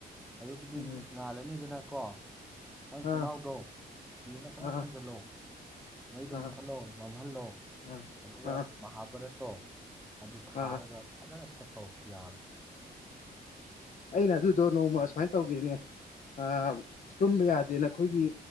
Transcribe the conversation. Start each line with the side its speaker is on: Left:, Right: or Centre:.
Centre: ꯑꯌꯨꯛꯗꯤꯟ
Left: ꯎꯝ
Centre: ꯉꯥꯜꯂꯅꯤꯗꯅ ꯀꯣ ꯅꯪ ꯊꯣꯡꯅꯥꯎꯗꯣ
Left: ꯑꯥ
Centre: ꯐꯤ ꯑꯃꯅ ꯐꯖꯅ
Left: ꯑꯥ
Centre: ꯈꯟꯖꯜꯂꯣ ꯃꯩꯗꯣ
Left: ꯑꯥ
Centre: ꯃꯨꯠꯊꯠꯂꯣ ꯃꯝꯍꯜꯂꯣ
Left: ꯑꯥ
Centre: ꯑꯗꯨꯒ
Left: ꯑꯥ
Centre: ꯃꯍꯥꯚꯥꯔꯠꯇꯣ ꯑꯗꯨ ꯊꯥꯔꯒ
Left: ꯑꯥ
Centre: ꯐꯖꯅ ꯁꯦꯊꯧ ꯌꯥꯕꯅꯤ
Left: ꯑꯩꯅ ꯑꯗꯨꯗꯣ ꯅꯣꯡꯃ ꯁꯨꯃꯥꯏ ꯇꯧꯒꯤꯅꯦ ꯑꯥꯝ ꯇꯨꯝꯕ ꯌꯥꯗꯦꯅ ꯑꯩꯈꯣꯏꯒꯤ